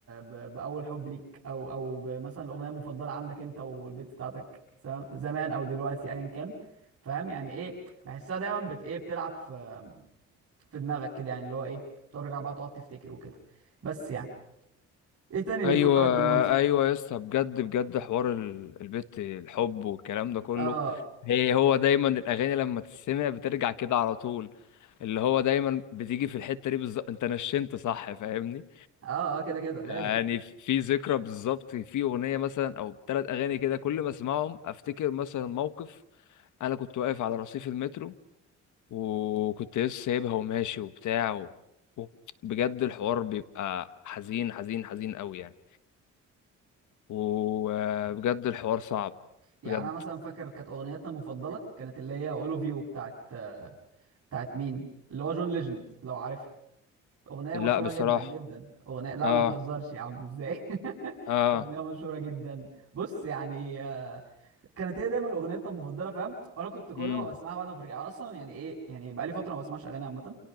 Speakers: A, on the right (about 50°); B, on the left (about 75°).
A: ب... باول حب ليك او او ب- مثلا الاغنيه المفضله عندك انت والبت بتاعتك سواء زمان او دلوقتي ايا كان فاهم يعني ايه بحسها دايما بت ايه بتلعب في في دماغك كده يعني اللي هو ايه بترجع بقى تقعد تفتكر وكده بس يعني ايه تاني
B: ايوه
A: بيفكرك بالماضي
B: ايوه يا اسطى بجد بجد حوار ال- البت الحب والكلام ده كله
A: اه
B: هي هو دايما الاغاني لما تسمع بترجع كده على طول اللي هو دايما بتيجي في الحته دي بالظبط انت نشنت صح فاهمني
A: اه اه كده كده لازم
B: يعني في ذكرى بالظبط في اغنيه مثلا او ثلاث اغاني كده كل ما اسمعهم افتكر مثلا موقف انا كنت واقف على رصيف المترو وكنت لسه سايبها وماشي وبتاع و... و- بجد الحوار بيبقى حزين حزين حزين قوي يعني وبجد الحوار صعب
A: يعني
B: بجد
A: انا مثلا فاكر كانت اغنيتنا المفضله كانت اللي هي اولوف يو بتاعت بتاعت مين اللي هو جون ليجند لو عارفها اغنيه
B: لا
A: مشهوره
B: بصراحة
A: جدا جدا اغنيه لا
B: اه
A: ما تهزرش يا عم ازاي <laughs>
B: اه
A: اغنيه مشهوره جدا بص يعني آه، كانت هي دايما اغنيتنا المفضله فاهم وانا كنت كل
B: امم
A: ما بسمعها بعد ما برجع أنا اصلا يعني ايه يعني بقالي فتره ما بسمعش اغاني عامه